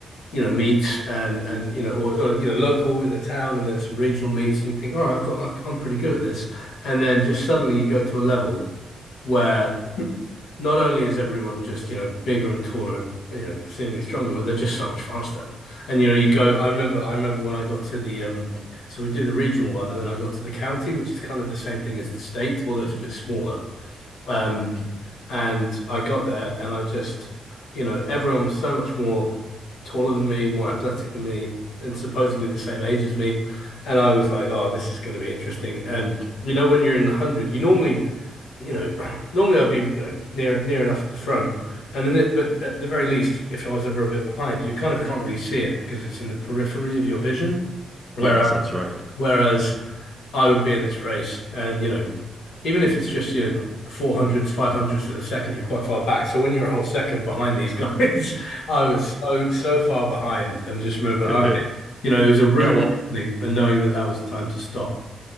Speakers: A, on the left (about 80°); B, in the centre.
A: you know meets and and you know or, or you know local in the town and then some regional meets and you think, all right, I've got I've, I'm pretty good at this. And then just suddenly you go to a level where <clears throat> not only is everyone just, you know, bigger and taller and, you know, seemingly stronger, but they're just so much faster. And, you know, you go, I remember, I remember when I got to the, um, so we do the regional one, and then I got to the county, which is kind of the same thing as the state, although it's a bit smaller. Um,
B: Mhm.
A: and I got there and I just, you know, everyone was so much more taller than me, more athletic than me, and supposedly the same age as me. And I was like, oh, this is going to be interesting. And, you know, when you're in the 100, you normally, you know, <clears throat> normally I'd be, you know, near near enough the front, and then it, but at the very least, if I was ever a bit behind, you kind of can't really see it because it's in the periphery of your vision. Whereas
B: Yes, that's right. <laughs>
A: whereas I would be in this race, and you know, even if it's just you know four hundredths, five hundredths of a second, you're quite far back. So when you're a whole second behind these guys, <laughs> I was so so far behind, and just remember,
B: Yeah,
A: okay, you know, it was a rude
B: well,
A: awakening, and knowing that that was time to stop.